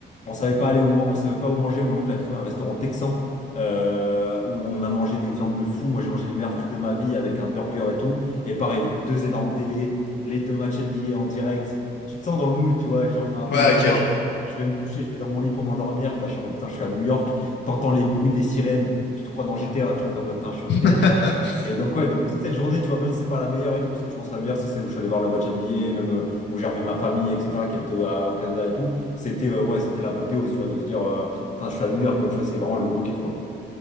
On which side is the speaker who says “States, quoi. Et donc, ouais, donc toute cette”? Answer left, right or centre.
Left